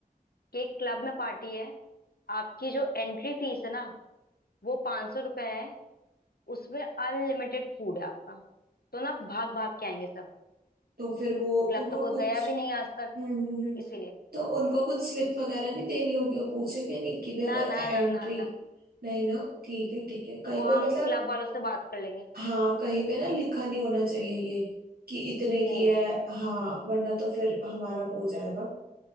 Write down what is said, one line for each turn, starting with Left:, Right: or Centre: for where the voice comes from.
Left: कि क्लब में पार्टी है आपकी जो एंट्री फीस है ना वो पांच सौ रुपए है उसमें अनलिमिटेड फूड है आपका तो ना भाग भाग के आएंगे सब
Right: तो फिर वो
Left: क्लब
Right: उनको
Left: तो कोई
Right: कुछ
Left: गया भी नहीं आज तक
Right: हम्म हम्म, हम्म।
Left: इसीलिए
Right: तो उनको कुछ स्लिप वगैरह नहीं देनी होगी वो पूछेंगे नहीं कि भी अगर
Left: ना ना
Right: एंट्री
Left: ना ना ना
Right: नहीं ना ठीक है ठीक है कहीं
Left: वो हम
Right: पे मतलब
Left: क्लब वालों से बात कर लेंगे
Right: हाँ कहीं पे ना लिखा नहीं होना चाहिए ये कि इतने
Left: हम्म
Right: की है हाँ वरना तो फिर हमारा वो हो जाएगा